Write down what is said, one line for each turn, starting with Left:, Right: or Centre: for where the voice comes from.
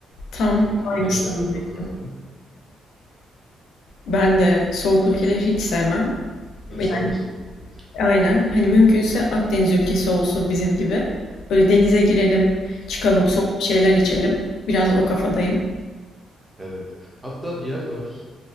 Left: Tam
Centre: Ee, güneşle
Left: aynısını
Centre: alakalı
Left: diyecektim.
Centre: tamamen.
Left: Ben de soğuk ülkeleri hiç sevmem.
Centre: İnsan
Left: Yani
Centre: da soğuk oluyor.
Left: aynen hani mümkünse Akdeniz ülkesi olsun bizim gibi. Böyle denize girelim, çıkalım,
Centre: Hı
Left: soğuk
Centre: hı.
Left: bir şeyler içelim. Biraz o kafadayım.
Centre: Evet. Hatta bir yer var.